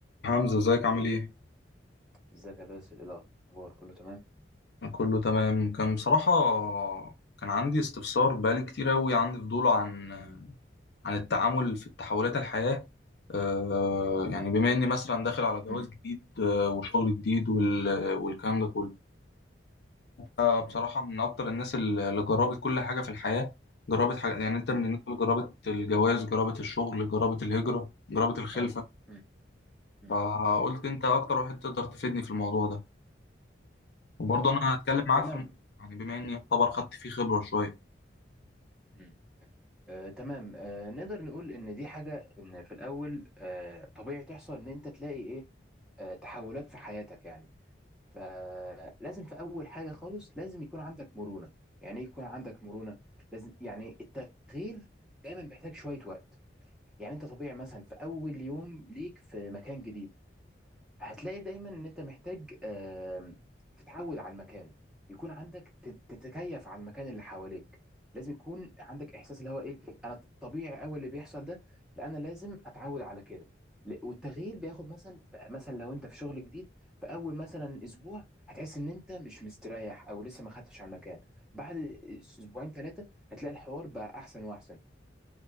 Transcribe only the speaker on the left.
حمزة ازيك عامل ايه؟
كله تمام كان بصراحة كان عندي استفسار بقالي كتير أوي عندي فضول عن عن التعامل في تحولات الحياة آه، يعني بما إني مثلا داخل على جواز
جديد آه، وشغل جديد وال- والكلام ده كله آه، بصراحة
من أكتر الناس اللي جربت كل حاجة في الحياة جربت حاجة يعني أنت
من الناس اللي جربت الجواز جربت الشغل جربت الهجرة جربت الخلفة
فقلت أنت أكتر واحد تقدر تفيدني في الموضوع ده وبرضه
انا هتكلم معاك
في الم... يعني بما
اني يعتبر خدت فيه خبره شويه